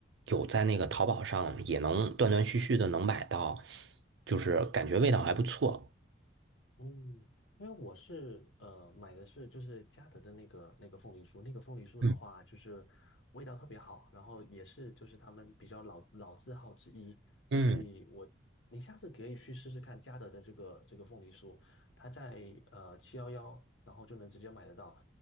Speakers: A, on the right; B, on the left.
A: 有在那个淘宝上也能断断续续的能买到，就是感觉味道还不错。
B: 嗯，因为我是呃买的是就是嘉德的那个那个凤梨酥，那个凤梨酥的话就是味道特别好，
A: 嗯，
B: 然后也是就是他们比较老老字号之一，
A: 嗯，
B: 所以我你下次可以去试试看嘉德的这个这个凤梨酥，它在呃七幺幺，然后就能直接买得到，